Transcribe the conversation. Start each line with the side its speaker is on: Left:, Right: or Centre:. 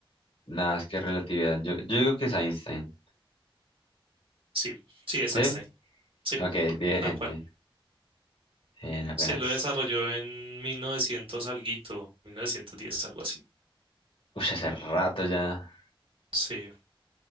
Left: Nada, es que relatividad. Yo, yo digo que es Einstein.
Right: sí, sí, es
Left: ¿Sí?
Right: Einstein. Sí,
Left: Ok, bien,
Right: tal cual.
Left: bien. bien, apenas.
Right: Se lo desarrolló en 1900 alguito, 1910 algo así.
Left: Uy, hace rato ya.
Right: Sí,